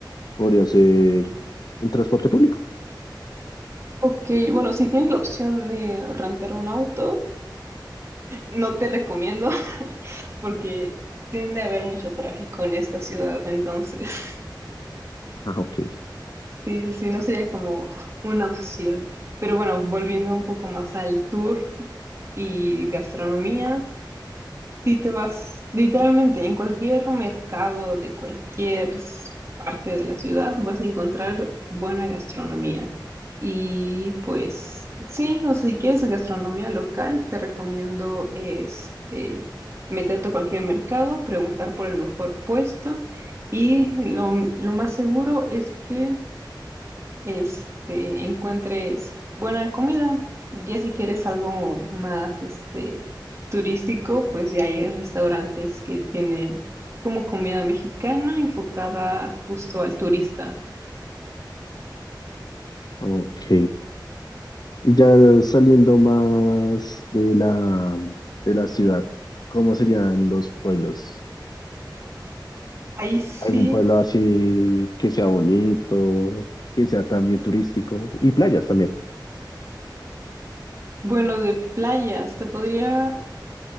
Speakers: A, on the left; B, on the right.
A: podría ser en transporte público.
B: Ok, bueno, si tienes la opción de rentar un auto, No te recomiendo <laughs> porque tiende a haber mucho tráfico en esta ciudad, entonces
A: Ah, ok,
B: sí, sí, sí, no sería como una opción. Pero bueno, volviendo un poco más al tour y gastronomía, Si te vas literalmente en cualquier mercado de cualquier s- parte de la ciudad, vas a encontrar buena gastronomía. Y pues sí, o si quieres gastronomía local, te recomiendo este meterte a cualquier mercado, preguntar por el mejor puesto y lo, lo más seguro es que este, encuentres buena comida. Ya si quieres algo más, este, turístico, pues ya hay restaurantes que tienen como comida mexicana enfocada justo al turista.
A: ok. Y ya saliendo más de la, de la ciudad, ¿cómo serían los pueblos?
B: Ahí sí,
A: ¿Algún pueblo así que sea bonito, que sea también turístico y playas también?
B: bueno, de playas, te podría